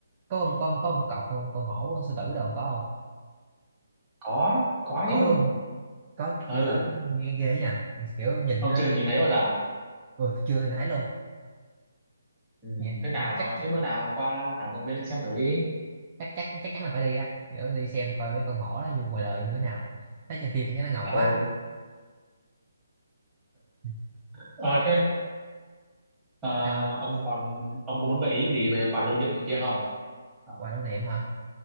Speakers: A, on the right; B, on the right.
A: có con con có con cọp không con hổ con sư tử đâu có không
B: có có
A: có
B: chứ
A: luôn hả? có
B: ừ
A: kiểu lỡ nó nghe ghê ấy nha kiểu nhìn
B: ông
A: nó
B: chưa nhìn thấy bao giờ
A: ừ, chưa thì thấy luôn
B: ừ.
A: nhìn,
B: thế nào
A: nhìn chắc chắc
B: thế bữa nào qua thảo công viên xem thử đi
A: chắc chắc chắc chắn là phải đi á kiểu đi xem coi mấy con hổ đó như ngoài đời như thế nào thấy trên phim nghe nó ngầu
B: ờ
A: quá Ừ,
B: ờ thế ờ,
A: sao không
B: ông còn ông có muốn gợi ý gì về quà lưu niệm này kia không ở
A: quà lưu niệm hả